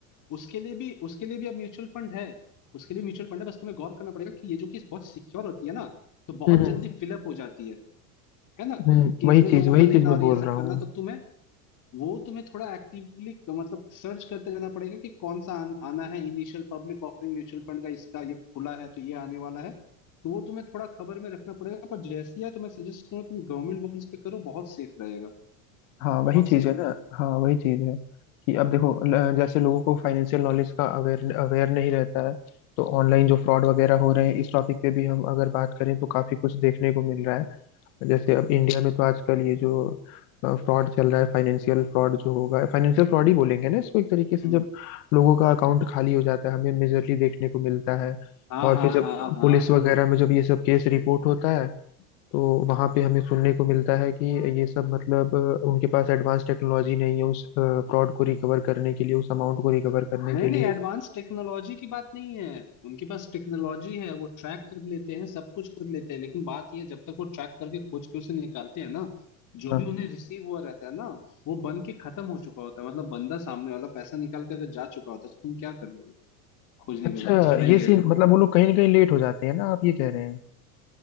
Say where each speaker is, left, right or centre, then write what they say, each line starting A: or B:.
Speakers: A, on the left; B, on the left.
A: उसके लिए भी उसके लिए भी अब म्यूचुअल फंड है उसके लिए म्यूचुअल फंड है बस तुम्हें गौर करना पड़ेगा कि ये जो कि बहुत सिक्योर होती है ना तो बहुत
B: हम्म हम्म
A: जल्दी फिलअप हो जाती है है ना
B: हम्म।
A: कि
B: वही
A: इतने लोगों
B: चीज वही
A: का लेना
B: चीज मैं
A: और
B: बोल
A: ये सब
B: रहा हूँ
A: करना तो तुम्हें वो तुम्हें थोड़ा एक्टिवली मतलब सर्च करते रहना पड़ेगा कि कौन सा आन, आना है initial public offering mutual fund का इसका ये खुला है तो ये आने वाला है तो वो तुम्हें थोड़ा खबर में रखना पड़ेगा पर जैसे ही है तो मैं सजेस्ट करूंगा तुम गवर्नमेंट बॉन्ड्स पे करो बहुत सेफ रहेगा
B: हाँ वही
A: बहुत
B: चीज
A: सेफ
B: है ना हाँ वही चीज है कि अब देखो ल- जैसे लोगों को फाइनेंशियल नॉलेज का अवेयर अवेयर नहीं रहता है तो ऑनलाइन जो फ्रॉड वगैरह हो रहे हैं इस टॉपिक पे भी हम अगर बात करें तो काफी कुछ देखने को मिल रहा है जैसे अब इंडिया में तो आजकल ये जो फ्रॉड चल रहा है फाइनेंशियल फ्रॉड जो होगा फाइनेंशियल फ्रॉड ही बोलेंगे ना इसको एक तरीके से
A: हम्म
B: जब लोगों का अकाउंट खाली हो जाता है हमें मेजरली देखने को मिलता है
A: हाँ
B: और
A: हाँ
B: फिर जब
A: हाँ हाँ
B: पुलिस वगैरह में जब ये सब केस रिपोर्ट होता है तो वहां पे हमें सुनने को मिलता है कि ये सब मतलब अ, उनके पास एडवांस टेक्नोलॉजी नहीं है उस फ्रॉड को रिकवर करने के लिए उस अमाउंट को रिकवर करने
A: नहीं
B: के
A: नहीं
B: लिए
A: एडवांस टेक्नोलॉजी की बात नहीं है उनके पास टेक्नोलॉजी है वो ट्रैक कर लेते हैं सब कुछ कर लेते हैं लेकिन बात यह है, जब तक वो ट्रैक करके खोज के उसे निकालते हैं ना जो
B: हाँ।
A: भी उन्हें रिसीव हुआ रहता है ना वो बन के खत्म हो चुका होता है मतलब बंदा सामने वाला पैसा निकाल के अगर जा चुका होता है तो तुम क्या कर लोगे खोजने
B: अच्छा
A: के बाद चला ही
B: ये
A: गया
B: सीन
A: जब
B: मतलब वो लोग कहीं ना कहीं लेट हो जाते हैं ना आप ये कह रहे हैं